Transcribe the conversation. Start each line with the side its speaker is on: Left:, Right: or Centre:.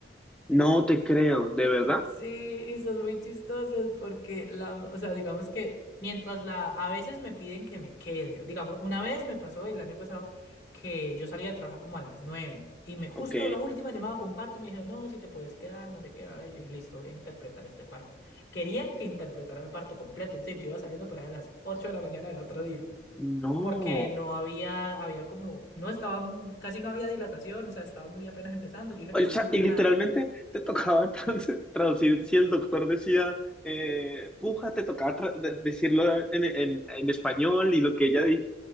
Centre: No te creo, ¿de verdad?
Left: Sí, y son muy chistosos porque la, o sea, digamos que mientras la, a veces me piden que me quede, digamos, una vez me pasó el año pasado que yo salía a trabajar como a las 9 y me, justo
Centre: Ok.
Left: la última llamada fue un parto y me dijeron, no, si te puedes quedar, no sé qué, bla, bla, y yo dije, listo, voy a interpretar este parto. Querían que interpretara el parto completo, es decir, yo iba saliendo para allá a las 8 de la mañana del otro día,
Centre: No.
Left: porque no había, había como, no estaba, casi no había dilatación, o sea, estaba muy apenas empezando, yo dije,
Centre: O
Left: listo,
Centre: sea,
Left: no pasa
Centre: y literalmente
Left: nada.
Centre: te tocaba entonces <laughs> traducir, si el doctor decía eh, puja, te tocaba tra- de- decirlo en, en- en español y lo que ella di-